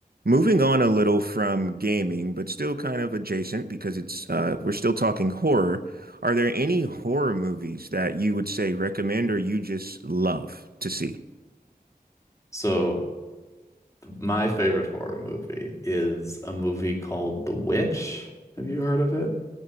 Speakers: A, on the right (about 75°); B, on the left (about 20°).
A: Moving on a little from gaming, but still kind of adjacent because it's uh, we're still talking horror. Are there any horror movies that you would say recommend or you just love to see?
B: So my favorite horror movie is a movie called The Witch. Have you heard of it?